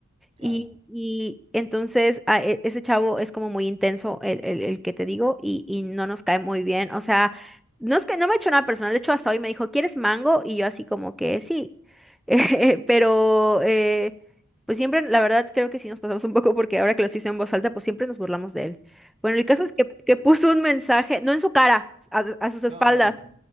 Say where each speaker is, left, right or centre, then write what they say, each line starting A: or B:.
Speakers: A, on the right; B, in the centre.
A: claro.
B: Y, y entonces a e- ese chavo es como muy intenso, el, el- el que te digo, y, y no nos cae muy bien. O sea, no es que no me ha hecho nada personal. De hecho, hasta hoy me dijo, ¿quieres mango? Y yo así como que sí. <laughs> Eh, pero, eh, pues siempre, la verdad, creo que sí nos pasamos un poco porque ahora que lo hice en voz alta, pues siempre nos burlamos de él. Bueno, el caso es que, que puso un mensaje, no en su cara, a a sus espaldas
A: No, no, es-